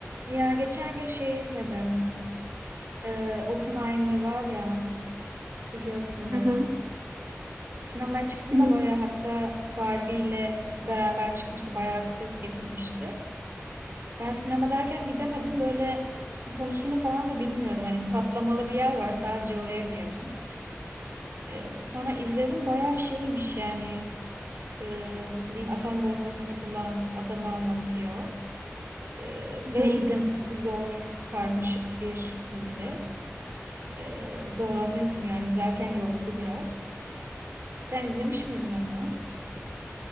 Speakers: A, on the right; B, on the right.
A: Ya geçen gün şey izledim. Ee, Oppenheimer var ya biliyorsundur.
B: Hı hı,
A: Sinemaya çıktığında
B: biliyorum.
A: bayağı hatta Barbie ile beraber çıkmıştı. Bayağı bir ses getirmişti. Ben sinema derken gidemedim. Böyle konusunu falan da bilmiyordum. Hani patlamalı bir yer var sadece oraya biliyordum. Ee, sonra izledim bayağı şeymiş yani e, nasıl diyeyim atom bombasını bulan adamı anlatıyor. Ee,
B: Hı
A: ve
B: hı.
A: izlemesi zor karmaşık bir dizi. e, zorlanıyorsun yani izlerken yordu biraz. Sen izlemiş miydin onu?